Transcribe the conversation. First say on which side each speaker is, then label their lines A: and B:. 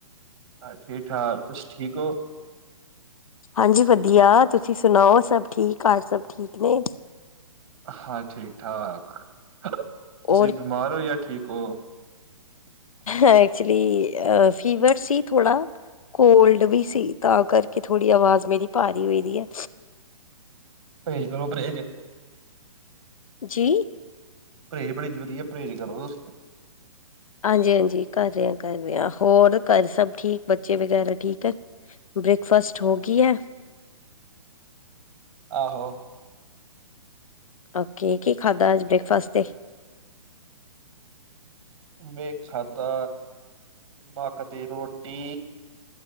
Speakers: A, on the right; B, on the left.
A: ਠੀਕ ਠਾਕ ਤੁਸੀਂ ਠੀਕ ਹੋ?
B: ਹਾਂਜੀ ਵਧੀਆ ਤੁਸੀਂ ਸੁਣਾਓ ਸਭ ਠੀਕ ਘਰ ਸਭ ਠੀਕ ਨੇ,
A: ਹਾਂ, ਠੀਕ ਠਾਕ ਤੁਸੀਂ
B: ਔਰ
A: ਬਿਮਾਰ ਹੋ ਜਾਂ ਠੀਕ ਹੋ,
B: ਐਕਚੁਲੀ ਅ ਫੀਵਰ ਸੀ ਥੋੜਾ ਕੋਲਡ ਵੀ ਸੀ ਤਾਂ ਕਰ ਕਿ ਥੋੜ੍ਹੀ ਆਵਾਜ਼ ਮੇਰੀ ਭਾਰੀ ਹੋਈ ਦੀ ਹੈ,
A: ਭਰਹੇਜ ਕਰੋ ਭਰਹੇਜ,
B: ਜੀ,
A: ਪਰਹੇਜ਼ ਬੜੀ ਜ਼ਰੂਰੀ ਹੈ ਪਰਹੇਜ਼ ਕਰੋ ਤੁਸੀਂ,
B: ਹਾਂਜੀ-ਹਾਂਜੀ ਕਰ ਰਿਆ ਕਰ ਰਿਆ ਹੋਰ ਘਰ ਸਭ ਠੀਕ ਬੱਚੇ ਵਗੈਰਾ ਠੀਕ ਹੈ। ਬ੍ਰੇਕਫਾਸਟ ਹੋ ਗਈ ਹੈ,
A: ਆਹੋ,
B: ਓਕੇ ਕੀ ਖਾਧਾ ਅੱਜ ਬ੍ਰੇਕਫਾਸਟ ਤੇ,
A: ਮੈ ਖਾਧਾ ਪਕ ਦੀ ਰੋਟੀ,